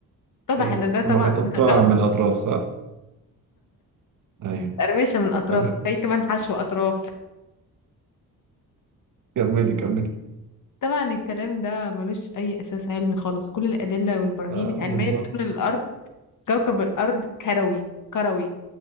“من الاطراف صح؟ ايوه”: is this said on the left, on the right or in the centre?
Right